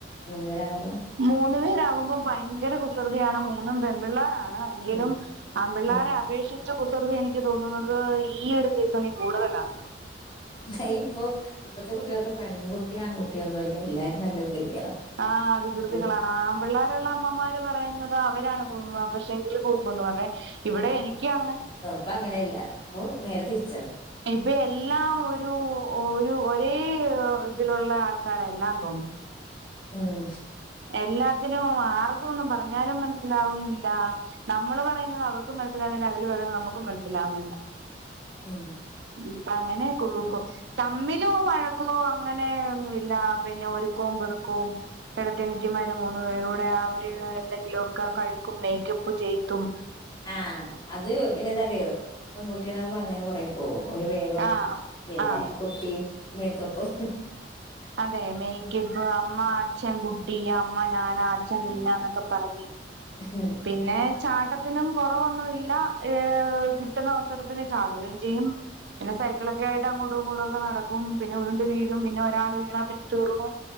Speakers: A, on the left (about 30°); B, on the right (about 70°).
A: മൂന്ന്പേരാവുമ്പോ
B: മൂന്നു പേരാകുമ്പോം ഭയങ്കര കുസൃതിയാണ് മൂന്നും പെൺപിള്ളാ രാണ് എങ്കിലും
A: ഉം
B: ആൺ പിള്ളേരെ
A: ഉം
B: അപേക്ഷിച്ച് കുസൃതി എനിക്ക് തോന്നുന്നത് ഈ ഒരു സീസണിൽ കൂടുതലാണ്
A: അത് ഇപ്പം ഇപ്പഴത്തെ കുട്ടികൾക്ക് പെൺകുട്ടിയോ ആൺകുട്ടിയോ ഒന്നുമല്ല എല്ലാരും നല്ല വികൃതികളാ
B: ആഹ് വികൃതികളാണ്
A: ഉം
B: ആൺ പിള്ളേരുള്ള അമ്മമാരും പറയുന്നത് അവരാണ് പക്ഷെ എങ്കില് കുറുമ്പ് എന്ന് പറയണത് ഇവിടെ എനിക്ക് അങ്ങ്
A: ഇപ്പം അങ്ങനെയല്ല ഇപ്പൊ നേരെ തിരിച്ച
B: ഇപ്പം എല്ലാം ഒരു ഒരു ഒരേ ഇതിലുള്ള ആൾക്കാരെല്ലാം തോന്നും
A: ഉം
B: എല്ലാത്തിനും ആർക്കും ഒന്നും പറഞ്ഞാലും മനസ്സിലാവുന്നില്ല നമ്മള് പറയുന്നത് അവർക്കും മനസ്സിലാവുന്നില്ല അവര് പറയുന്നത് നമുക്കും മനസ്സിലാവുന്നില്ല
A: ഉം
B: ഇപ്പം അങ്ങനെ <unintelligible> തമ്മിലോ വഴക്കമോ അങ്ങനെ ഒന്നുല്ല പിന്നെ ഒരുക്കവും പെറുക്കവും ചേട്ടത്തിയനിയത്തിമാര് മൂന്നു പേരും കൂടെ അവര് എന്തെങ്കിലുമൊക്കെ കഴിക്കും മേക്കപ്പ് ചെയ്തും
A: ആഹ് അത് പിന്നെ എന്താറിയോ പെൺകുട്ടികളാകുമ്പോ അങ്ങനെ കൊറെ പോകും ഒരു വേഗം
B: ആഹ്
A: പിന്നെ
B: ആഹ്
A: കുട്ടി മേക്കപ്പും
B: അതെ മെയ്ക്ക് ഇപ്പോ അമ്മ അച്ഛൻ കുട്ടി അമ്മ ഞാനാ അച്ഛൻ നീയാന്നൊക്കെ പറഞ്ഞ്
A: ഹം
B: പിന്നെ ചാട്ടത്തിനും കൊറവൊന്നുവില്ല ഏഹ് കിട്ടുന്ന അവസരത്തിന് ചാടുവേം ചെയ്യും പിന്നെ സൈക്കിളെക്കെ ആയിട്ട് അങ്ങോട്ടും ഇങ്ങോട്ടുക്കെ നടക്കും പിന്നെ ഉരുണ്ട് വീഴും പിന്നെരാള് വീണാ പിന്നെ തീർന്നു